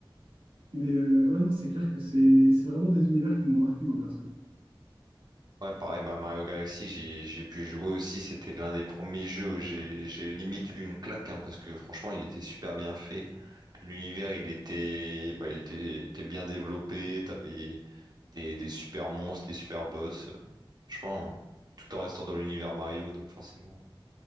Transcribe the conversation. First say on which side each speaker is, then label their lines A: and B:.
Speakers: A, on the right; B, on the right.
A: Mais euh, ouais, non, c'est clair que c'est c'est vraiment des univers qui m'ont marqué, moi, perso.
B: ouais, pareil, bah, Mario Galaxy, j'ai, j'ai pu jouer aussi. C'était l'un des premiers jeux où j'ai, j'ai limite eu une claque hein, parce que franchement, il était super bien fait. L'univers, il était, bah, il était, était bien développé. T'avais des, des super monstres, des super boss. Je pense, hein. tout en restant dans l'univers Mario, donc forcément,